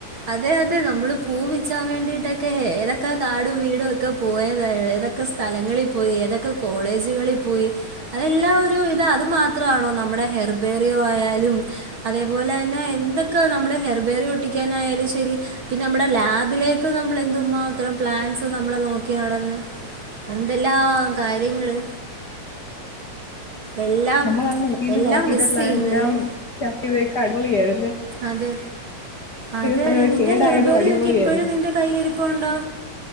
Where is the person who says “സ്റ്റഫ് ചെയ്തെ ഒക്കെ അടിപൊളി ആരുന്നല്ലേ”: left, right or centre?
Left